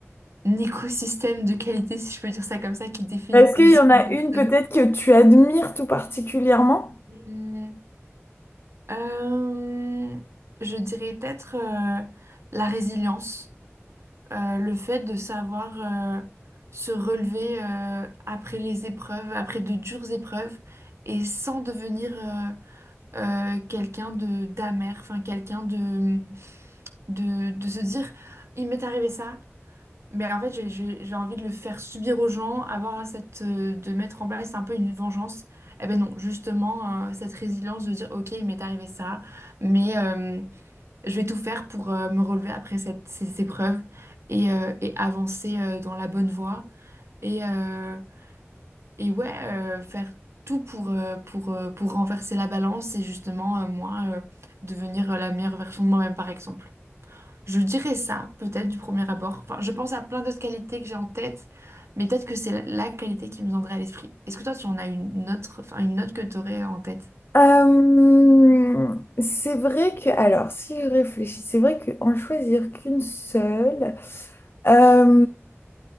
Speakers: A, on the right; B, on the left.
A: écosystème de qualités, si je peux dire ça comme ça, qui définit
B: Est-ce
A: une
B: qu'il
A: seule
B: y en a une
A: personne.
B: peut-être que tu admires tout particulièrement?
A: Hmm, euh, je dirais peut-être euh, la résilience. euh, le fait de savoir euh, se relever euh, après les épreuves, après de dures épreuves, et sans devenir euh, euh, quelqu'un de d'amer, enfin quelqu'un de, de de se dire, il m'est arrivé ça, mais en fait j'ai j'ai- j'ai envie de le faire subir aux gens, avoir cette euh, de mettre en place un peu une vengeance. Eh ben non, justement euh, cette résilience de dire, ok, il m'est arrivé ça, mais euh, je vais tout faire pour euh, me relever après cette, ces épreuves et, euh, et avancer euh, dans la bonne voie. Et, euh, et ouais, euh, faire tout pour, euh, pour, euh, pour renverser la balance et justement, euh, moi, euh, devenir euh, la meilleure version de moi-même, par exemple. Je dirais ça, peut-être, du premier abord. Enfin, je pense à plein d'autres qualités que j'ai en tête, mais peut-être que c'est la, la qualité qui me viendrait à l'esprit. Est-ce que toi, tu en as une autre, enfin, une autre que tu aurais en tête?
B: Euh, c'est vrai que, alors, si je réfléchis, c'est vrai qu'en choisir qu'une seule, euh,